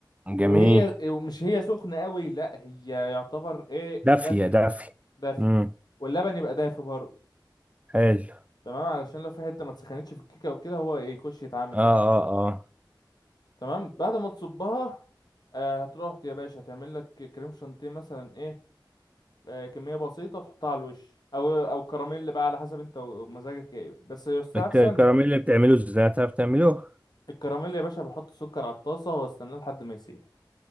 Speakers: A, on the right (about 15°); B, on the left (about 55°).
A: جميل
B: وهي ومش هي سخنة قوي لا هي يعتبر ايه
A: دافية
B: دافية
A: دافية
B: دافية
A: امم
B: واللبن يبقى دافي برضه
A: حلو
B: تمام علشان لو في حتة ما تسخنتش في الكيكة او كده هو إيه، يخش يتعامل
A: اه
B: بقى
A: اه اه
B: تمام بعد ما تصبها آه هتروح يا باشا تعمل لك كريم شانتيه مثلا ايه آه كمية بسيطة تحطها على الوش او او كراميل بقى على حسب انت ومزاجك ايه بس يستحسن
A: الك- الكراميل اللي بتعمله ازاي تعرف تعمله
B: الكراميل يا باشا بحط سكر على الطاسة واستناه لحد ما يسيح